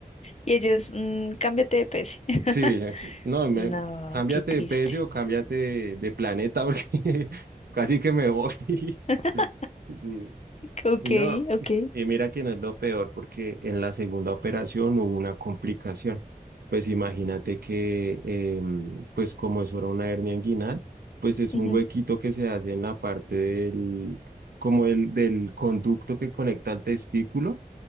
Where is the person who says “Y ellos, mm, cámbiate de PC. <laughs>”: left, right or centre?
Left